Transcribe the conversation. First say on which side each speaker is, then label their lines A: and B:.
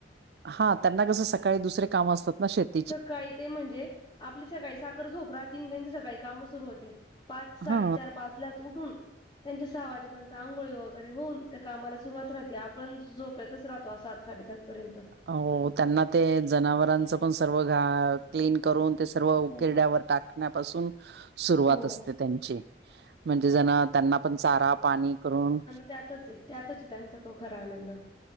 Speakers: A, on the right; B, on the left.
A: हा त्यांना कसं सकाळी दुसरे काम असतात ना शेत
B: सकाळी ते म्हणजे आपली सकाळी साखर झोप राहती त्यांचे सकाळी काम सुरू होते. पाच साडेचार
A: हा
B: पाच ला उठून, त्यांच्या सहा वाजेपर्यंत अंघोळी वगैरे होऊन त्या कामाला सुरुवात राहती आपण झोपेतच राहतो आ सात साडेसातपर्यंत.
A: हो त्यांना ते जनावरांच पण सर्व घा क्लीन करून ते सर्व उकिरड्यावर
B: हो.
A: टाकण्यापासून सुरवात
B: हो
A: असते त्यांची. म्हणजे जण
B: हो.
A: त्यांना पण चारा पाणी करून
B: त्यातचय त्यातच त्यांचा तो खरा आनंद.